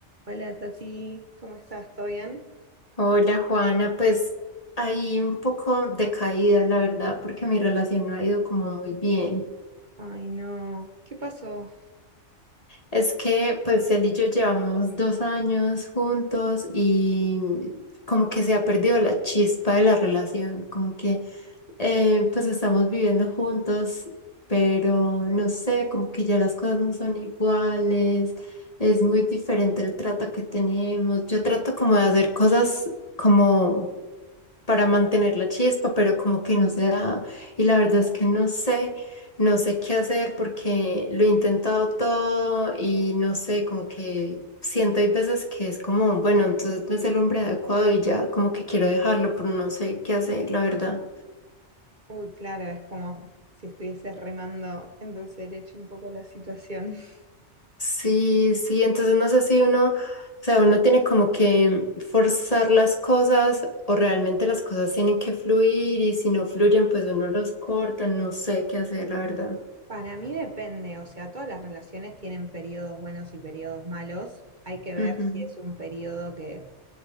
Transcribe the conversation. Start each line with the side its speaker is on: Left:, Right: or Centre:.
Right: Hola Tati, ¿cómo estás? ¿Todo bien?
Left: Hola Juana, pues ahí un poco decaída, la verdad, porque mi relación no ha ido como muy bien.
Right: Ay, no, ¿qué pasó?
Left: Es que pues él y yo llevamos dos años juntos y como que se ha perdido la chispa de la relación, como que eh, pues estamos viviendo juntos, pero no sé, como que ya las cosas no son iguales, es muy diferente el trato que tenemos. Yo trato como de hacer cosas como para mantener la chispa, pero como que no se da. Y la verdad es que no sé, no sé qué hacer porque lo he intentado todo y no sé, como que siento hay veces que es como, bueno, entonces no es el hombre adecuado y ya como que quiero dejarlo, pero no sé qué hacer, la verdad.
Right: Uy, claro, es como si estuvieses remando en dulce de leche un poco la situación. <laughs>
Left: Sí, sí, entonces no sé si uno, o sea, uno tiene como que forzar las cosas o realmente las cosas tienen que fluir y si no fluyen, pues uno los corta, no sé qué hacer, la verdad.
Right: Para mí depende, o sea, todas las relaciones tienen periodos buenos y periodos malos. Hay que ver
Left: Ujú.
Right: si es un periodo que,